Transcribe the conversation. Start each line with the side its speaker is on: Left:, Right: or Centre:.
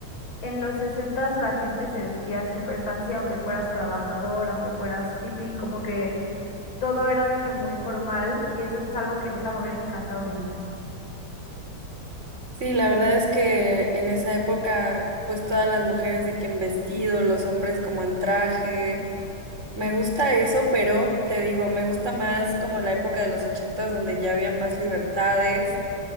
Left: En los sesentas la gente se vestía súper fancy, aunque fueras trabajador, aunque fueras hippie, como que todo era de que muy formal y eso es algo que neta me hubiera encantado vivir.
Right: Sí, la verdad es que en esa época, pues todas las mujeres de que en vestido, los hombres como en traje. Me gusta eso, pero te digo, me gusta más como la época de los ochentas donde ya había más libertades,